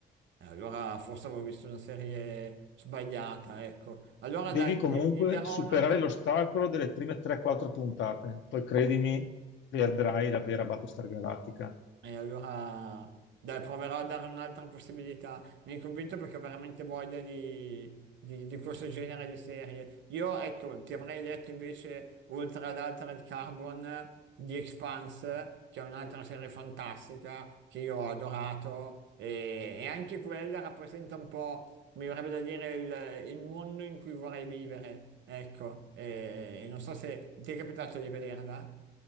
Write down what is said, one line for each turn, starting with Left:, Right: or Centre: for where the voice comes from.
Right: Eh, Allora forse avevo visto una serie sbagliata, ecco. Allora
Left: Devi
Right: dai,
Left: comunque
Right: gli gli darò
Left: superare
Right: un'altra...
Left: l'ostacolo delle prime 3-4 puntate, poi credimi, vedrai la vera Battlestar Galactica.
Right: E allora, dai, proverò a dare un'altra possibilità. Mi hai convinto perché ho veramente voglia di, di- di questo genere di serie. Io, ecco, ti avrei detto invece, oltre ad Altered Carbon, di Expanse, che è un'altra serie fantastica che io ho adorato e, e anche quella rappresenta un po', mi verrebbe da dire, il, il mondo in cui vorrei vivere. Ecco, e, e non so se ti è capitato di vederla.